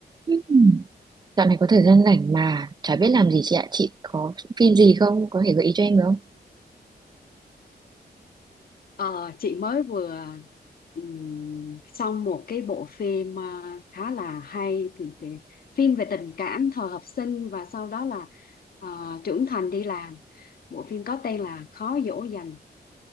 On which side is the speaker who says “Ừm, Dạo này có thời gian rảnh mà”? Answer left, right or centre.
Right